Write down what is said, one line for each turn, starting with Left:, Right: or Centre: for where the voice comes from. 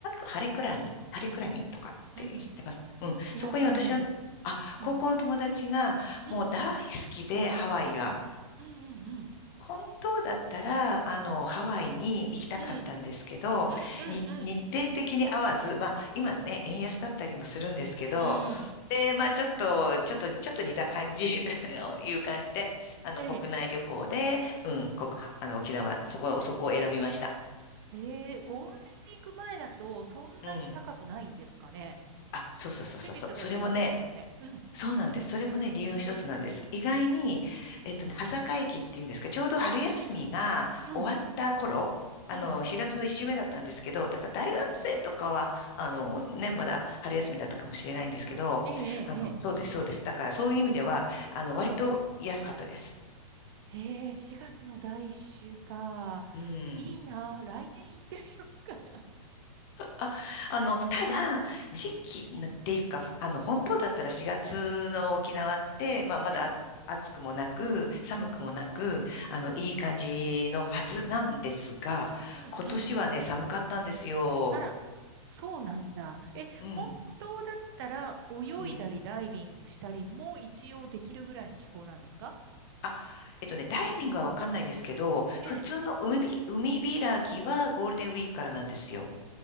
Left: ハレクラに、ハレクラにとかって知ってます。
Right: うん。
Left: うん、
Right: いや、
Left: そこに私の、
Right: 知らないです。
Left: あ、
Right: うん。
Left: 高校の友達が、
Right: うん。
Left: もう大好きで、ハワイが。
Right: うん。うん。うん。うん。
Left: 本当だったら、あの、ハワイに行きたかったんですけど、
Right: うん。うん。うんうん。
Left: に日程的に合わず、まあ、今ね、
Right: うん。
Left: 円安だったりもするんですけど、
Right: うん。
Left: で、まあ、ちょっと、ちょっと、ちょっと似た感じ <laughs> という感じで、<laughs> あの、
Right: ええ。
Left: 国内旅行で、うん、こ、あの、沖縄、そこ、そこを選びました。
Right: へえ、ゴールデンウィーク前だとそんなに高くないんですかね。
Left: うん。あ、そうそうそうそうそう。
Right: 先月だから4月ですよね。
Left: それもね、
Right: うん。
Left: そうなんです。それもね、理由の一つなんです。意外に、えっとね、端境期っていうんですか、ちょうど春休みが終わった頃、
Right: うんうん。うん。
Left: あの、
Right: うん。
Left: 4月の1週目だったんですけど、だから大学生とかは、
Right: うんうん。
Left: あの、ね、まだ春休みだったかもしれないんですけど、
Right: ええええええ。
Left: あの、そうです、そうです。だからそういう意味では、あの、割と安かったです。
Right: へえ、4月の第1週か。
Left: うん。
Right: いいな、来年行ってみようかな。
Left: あ、あの、ただ、時期っていうか、
Right: うん。
Left: あの、本当だったら4月の沖縄って、まあ、まだあ暑くもなく、
Right: ええ。
Left: 寒くもなく、
Right: うん。
Left: あの、
Right: うん。
Left: いい感じのはずなんですが、
Right: うんうんうん。
Left: 今年はね、寒かったんですよ。
Right: あら。そうなんだ。え、
Left: うん、
Right: 本当だったら泳いだりダイビングしたりも一応できるぐらいの気候なんですか
Left: うん。あ、えっとね、ダイビングはわかんないですけど、
Right: ええ。
Left: 普通の海び、海開きはゴールデンウィークからなんですよ。